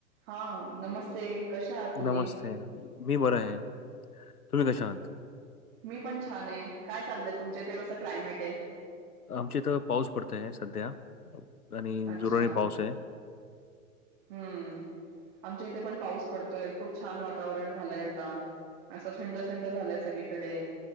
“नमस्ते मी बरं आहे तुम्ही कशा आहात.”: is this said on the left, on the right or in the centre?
Left